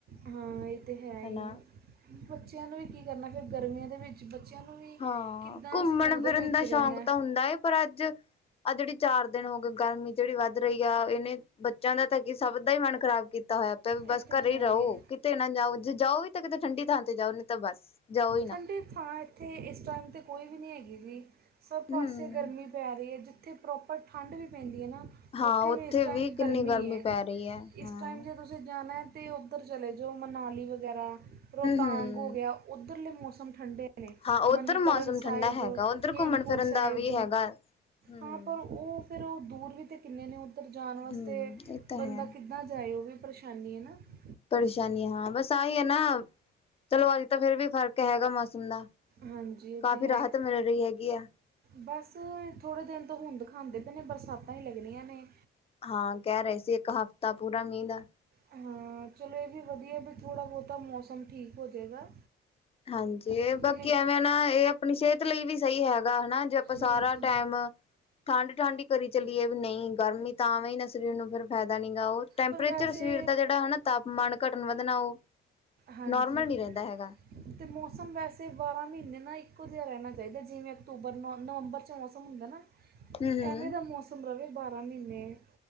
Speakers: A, on the right; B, on the left.
A: ਹਾਂ ਇਹ ਤੇ ਹੈ ਹੀ,
B: ਹਨਾ
A: ਬੱਚਿਆਂ ਨੂੰ ਵੀ ਕੀ ਕਰਨਾ ਫਿਰ ਗਰਮੀਆਂ ਦੇ ਵਿੱਚ ਬੱਚਿਆਂ ਨੂੰ ਵੀ
B: ਹਾਂ
A: ਕਿੱਦਾਂ
B: ਘੁੰਮਣ
A: ਸਕੂਲ ਦੇ
B: ਫਿਰਨ
A: ਵਿੱਚ
B: ਦਾ
A: ਰਹਿਣਾ।
B: ਸ਼ੌਕ ਤਾਂ ਹੁੰਦਾ ਹੈ ਪਰ ਅੱਜ ਆਹ ਜਿਹੜੀ ਚਾਰ ਦਿਨ ਹੋ ਗਏ, ਗਰਮੀ ਜਿਹੜੀ ਵੱਧ ਰਹੀ ਆ ਇਹਨੇ ਬੱਚਿਆਂ ਦਾ ਤਾਂ ਕਿ, ਸਭ ਦਾ ਹੀ ਮਨ ਖਰਾਬ ਕੀਤਾ। ਤਾ ਹੋਇਆ ਪਿਆ ਵੀ ਬਸ
A: ਇਹ ਤੇ
B: ਘਰੇ
A: ਹੈ
B: ਹੀ ਰਹੋ,
A: ਹੈ
B: ਕਿਤੇ ਨਾ ਜਾਓ, ਜੇ ਜਾਓ ਵੀ ਤਾਂ ਕਿਤੇ ਠੰਡੀ ਥਾਂ ਤੇ ਜਾਓ, ਨਈ ਤਾਂ ਬਸ ਜਾਓ ਈ ਨਾ।
A: ਠੰਡੀ ਥਾਂ ਇੱਥੇ ਇਸ ਟਾਈਮ ਤੇ ਕੋਈ ਵੀ ਨਹੀਂ ਹੈਗੀ ਵੀ, ਸਭ ਪਾਸੇ
B: ਹਮ
A: ਗਰਮੀ ਪੈਰੀ ਐ, ਜਿੱਥੇ ਪ੍ਰੋਪਰ ਠੰਡ ਵੀ ਪੈਂਦੀ ਹੈ ਨਾ।
B: ਹਾਂ
A: ਉੱਥੇ ਵੀ ਇਸ ਟਾਈਮ
B: ਕਿੰਨੀ
A: ਗਰਮੀ ਏ,
B: ਪੈ ਰਹੀ ਹੈ ਹਾਂ
A: ਇਸ ਟਾਈਮ
B: ਹਮ
A: ਜੇ ਤੁਸੀਂ ਉਧਰ ਜਾਣਾ ਤਾਂ ਉੱਧਰ ਚਲੇ ਜਾਓ ਮਨਾਲੀ ਵਗੈਰਾ, ਰੋਹਤਾਂਗ
B: ਹਮ
A: ਹੋ ਗਿਆ। ਉੱਧਰਲੇ ਮੌਸਮ ਠੰਡੇ,
B: ਹਾਂ ਉੱਧਰ
A: ਮਨੀਕਰਨ
B: ਮੌਸਮ ਠੰਡਾ
A: ਸਾਹਿਬ,
B: ਹੈਗਾ ਉੱਧਰ
A: ਹੇਮਕਟ
B: ਘੁੰਮਣ ਫਿਰਨ
A: ਸਾਹਿਬ,
B: ਦਾ ਵੀ ਹੈਗਾ ਹਮ
A: ਹਾਂ ਪਰ ਉਹ, ਫਿਰ ਉਹ ਦੂਰ ਵੀ ਤਾਂ ਕਿੰਨੇ ਨੇ ਉੱਧਰ ਜਾਣ ਵਾਸਤੇ
B: ਹਮ ਇਹ ਤਾਂ
A: ਬੰਦਾ
B: ਹੈ
A: ਕਿੱਦਾਂ ਜਾਏ ਉਹ ਵੀ ਪਰੇਸ਼ਾਨੀ ਹੈ ਨਾ, ਫੇਰ
B: ਪਰੇਸ਼ਾਨੀ ਹਾਂ ਬਸ ਆਹੀ ਹੈ ਨਾ ਚਲੋ, ਅੱਜ ਤਾਂ ਫੇਰ ਵੀ ਫਰਕ ਹੈਗਾ ਮੌਸਮ ਦਾ
A: ਹਾਂਜੀ ਇਹ
B: ਕਾਫ਼ੀ
A: ਤਾਂ ਹੈ
B: ਰਾਹਤ ਮਿਲ ਰਹੀ ਹੈਗੀ ਆ।
A: ਬਸ ਥੋੜ੍ਹੇ ਦਿਨ ਤੋਂ ਹੁੰਦ ਖਾਂਦੇ, ਨੇ ਬਰਸਾਤਾਂ ਹੀ ਲੱਗਣੀਆਂ ਨੇ।
B: ਹਾਂ ਕਹਿ ਰਹੇ ਸੀ, ਇੱਕ ਹਫ਼ਤਾ ਪੂਰਾ ਮੀਂਹ ਦਾ
A: ਹਾਂ ਚਲੋ ਇਹ ਵੀ ਵਧੀਆ ਵੀ, ਥੋੜ੍ਹਾ ਬਹੁਤਾ ਮੌਸਮ ਠੀਕ ਹੋ ਜਾਵੇਗਾ।
B: ਹਾਂਜੀ,
A: ਕਿਉਂਕਿ
B: ਬਾਕੀ
A: ਨਹੀਂ
B: ਐਵੇਂ ਨਾ ਇਹ ਆਪਣੀ ਸਿਹਤ ਲਈ ਵੀ ਸਹੀ ਹੈਗਾ ਹਨਾ ਜੇ ਆਪਾਂ ਸਾਰਾ
A: ਬਿਲਕੁਲ
B: ਟਾਈਮ ਠੰਡ-ਠੰਢ ਹੀ ਕਰੀ ਚੱਲੀਏ, ਨਹੀਂ ਗਰਮੀ ਤਾਂ ਵੀ ਨਾ ਸਰੀਰ ਨੂੰ ਫਿਰ ਫਾਇਦਾ ਨੀ ਗੀ ਉਹ ਟੈਂਪਰੇਚਰ
A: ਪਰ ਵੈਸੇ
B: ਸਰੀਰ ਦਾ ਜਿਹੜਾ ਹਨਾ ਤਾਪਮਾਨ ਘਟਣ ਵਧਣਾ ਉਹ
A: ਹਾਂਜੀ,
B: ਨੋਰਮਲ ਨੀ ਰਹਿੰਦਾ ਹੈਗਾ
A: ਅਤੇ ਮੌਸਮ ਵੈਸੇ ਬਾਰ੍ਹਾਂ ਮਹੀਨੇ ਨਾ ਇੱਕੋ ਜਿਹਾ ਰਹਿਣਾ ਚਾਹੀਦਾ ਜਿਵੇਂ, ਅਕਤੂਬਰ ਨੌ ਨਵੰਬਰ 'ਚ ਮੌਸਮ ਹੁੰਦਾ ਨਾ
B: ਹੂੰ ਹੂੰ
A: ਐਵੇਂ ਦਾ ਮੌਸਮ ਰਵੈ ਬਾਰਾਂ ਮਹੀਨੇ,